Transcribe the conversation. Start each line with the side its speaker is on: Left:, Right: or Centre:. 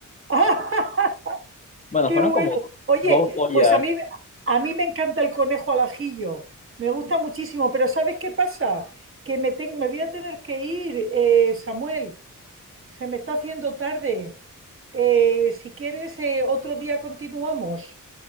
Right: <laughs> ¡Ah,
Left: Bueno,
Right: qué
Left: fueron
Right: bueno!
Left: como
Right: Oye,
Left: dos ollas.
Right: pues a mí, a mí me encanta el conejo al ajillo. Me gusta muchísimo, pero ¿sabes qué pasa? Que me, tengo, me voy a tener que ir, eh, Samuel. Se me está haciendo tarde. Eh, si quieres, eh, otro día continuamos.